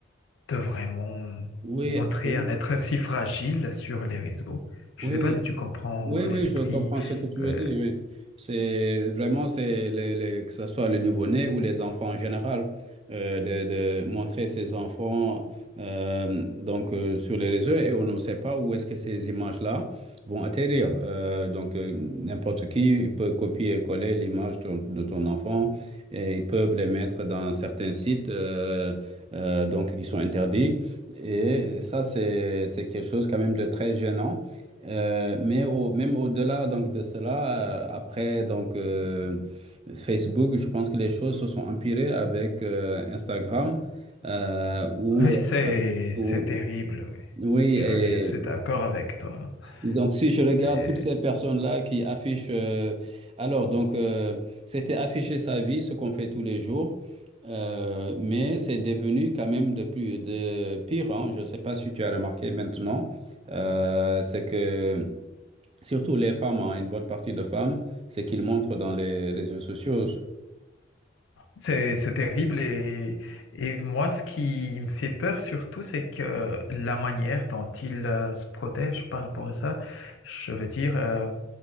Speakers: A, on the left; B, on the right.
A: de vraiment
B: Oui,
A: montrer
B: absolument.
A: un être si fragile sur les réseaux. Je
B: Oui,
A: ne sais pas si tu comprends
B: Oui,
A: l'esprit.
B: oui, je comprends ce que tu veux
A: euh,
B: dire. Oui. C'est vraiment, c'est les, les- que ce soit les nouveau-nés ou les enfants en général, euh, de, de montrer ces enfants euh, donc euh, sur les réseaux et on ne sait pas où est-ce que ces images-là vont atterrir. Euh, donc euh, n'importe qui peut copier et coller l'image de, de ton enfant et ils peuvent les mettre dans certains sites euh, euh, donc qui sont interdits. Et ça, c'est c'est quelque chose quand même de très gênant. Euh, mais au, même au-delà donc de cela, euh, après donc euh, Facebook, je pense que les choses se sont empirées avec euh, Instagram euh, où,
A: <laughs> oui, c'est
B: où-
A: c'est terrible. oui.
B: oui
A: Je,
B: et
A: je suis d'accord avec toi.
B: donc si je regarde
A: C'est
B: toutes ces personnes-là qui affichent euh, alors donc euh, c'était afficher sa vie, ce qu'on fait tous les jours. euh, mais c'est devenu quand même de plus de pire, hein. Je ne sais pas si tu as remarqué maintenant, euh, c'est que Surtout les femmes, hein, une bonne partie de femmes, c'est qu'ils montrent dans les réseaux sociaux.
A: c'est c'est terrible et et moi, ce qui me fait peur surtout, c'est que la manière dont ils euh, se protègent par rapport à ça, je veux dire. euh,